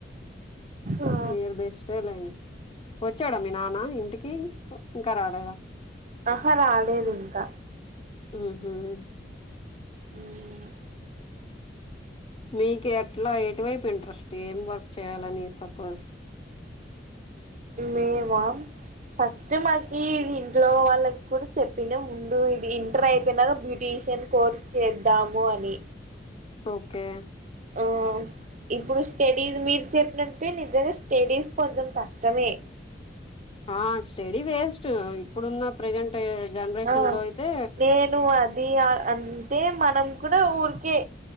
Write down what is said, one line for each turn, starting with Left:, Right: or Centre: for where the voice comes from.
Right: ఆ
Left: మీరు బె లేండి వచ్చాడా మీ నాన్న ఇంటికి ఇంకా రాలేదా
Right: ఆహా రాలేదు ఇంకా
Left: ఉహు ఉనా
Right: మ్మ్
Left: మీకు ఎట్లా ఎటువైపు ఇంట్రెస్ట్ ఏం వర్క్ చేయ్యాలని సపోజ్
Right: లేవా ఫస్ట్ మాకి ఇది ఇంట్లో వాళ్ళకి కూడా చెప్పిండే ముందు ఇది ఇంటర్ అయిపోయినాక బ్యూటీషియన్ కోర్స్ చేద్దాము అని
Left: ఓకే
Right: ఓ ఇప్పుడు స్టడీస్ మీరు చెప్పినట్టే నిజంగా స్టడీస్ కొంచెం కష్టం తామే
Left: ఆ స్టడీ వేస్ట్ ఇప్పుడున్న ప్రజెంట్ జనరేషన్
Right: ఆ
Left: లో అయితే
Right: నేను వద్ అది అంటే మనం కూడా ఊరికే